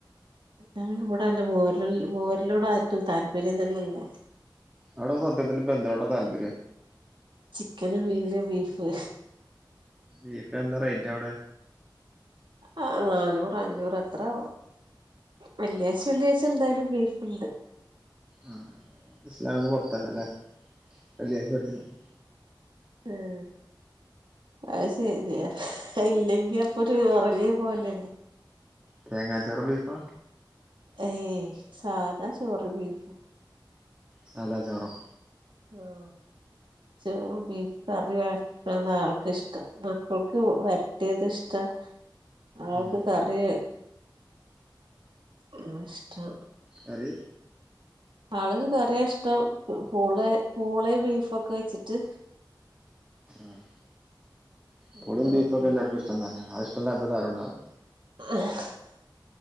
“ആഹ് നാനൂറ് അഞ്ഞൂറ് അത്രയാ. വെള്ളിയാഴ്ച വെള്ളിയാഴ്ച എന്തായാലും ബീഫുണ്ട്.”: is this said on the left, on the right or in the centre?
Right